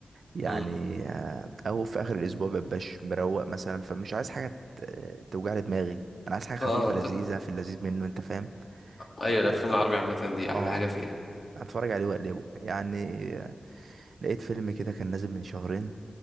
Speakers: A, on the right; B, on the left.
A: يعني
B: <laughs> مم.
A: آه، او في اخر الاسبوع مبقاش مروق مثلا فمش عايز حاجه ت- توجع لي دماغي انا عايز حاجه خفيفه
B: اه
A: لذيذه في اللذيذ منه انت فاهم
B: ايوه الافلام
A: آه،
B: العربي عامه دي احلى
A: اه
B: حاجه فيها
A: اتفرج عليه واقلبه يعني لقيت فيلم كده كان نازل من شهرين